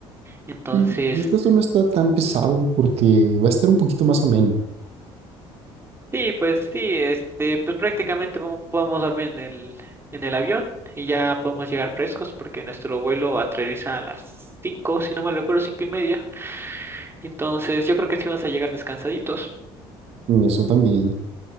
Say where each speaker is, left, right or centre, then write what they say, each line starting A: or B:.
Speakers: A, on the right; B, on the right.
A: Entonces,
B: Sí, y esto no está tan pesado porque va a estar un poquito más ameno.
A: sí, pues sí, este, pues prácticamente vamos- podemos dormir en el, en el avión y ya podemos llegar frescos porque nuestro vuelo aterriza a las 5 si no mal recuerdo, cinco y media. Entonces, yo creo que sí vamos a llegar descansaditos,
B: y Eso también.